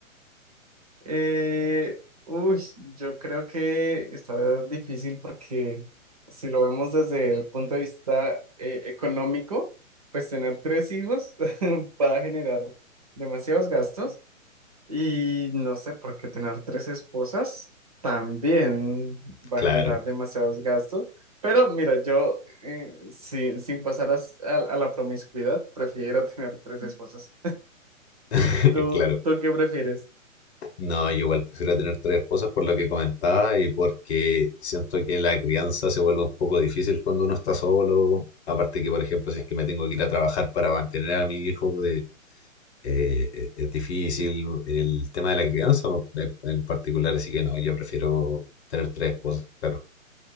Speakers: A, on the right; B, on the left.
A: Eh, uy, yo creo que está difícil porque si lo vemos desde el punto de vista eh, económico, pues tener tres hijos <laughs> va a generar demasiados gastos. Y no sé, porque tener tres esposas también va
B: Claro,
A: a generar demasiados gastos. Pero mira, yo eh, sin, sin pasar a, s- a- a la promiscuidad, prefiero <laughs> tener tres esposas.
B: <laughs>
A: ¿Tú,
B: claro.
A: tú qué prefieres?
B: No, yo igual prefiero tener tres esposas por lo que comentaba y porque siento que la crianza se vuelve un poco difícil cuando uno está solo. Aparte que, por ejemplo, si es que me tengo que ir a trabajar para mantener a mi hijo, de, eh, e- es difícil el tema de la crianza pues, en, en particular, así que no, yo prefiero tener tres esposas, claro.